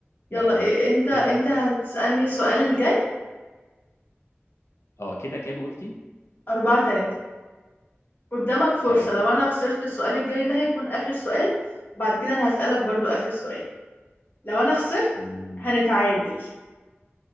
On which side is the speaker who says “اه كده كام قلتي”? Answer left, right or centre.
Left